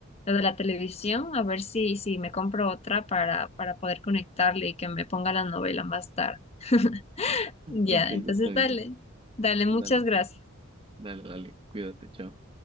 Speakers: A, on the left (about 30°); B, on the right (about 25°).
A: lo de la televisión, a ver si, si me compro otra para, para poder conectarle y que me ponga la novela más tarde. <laughs> Ya,
B: Ok, está
A: entonces
B: bien.
A: dale, dale, muchas
B: Dale,
A: gracias.
B: dale, dale, cuídate, chao.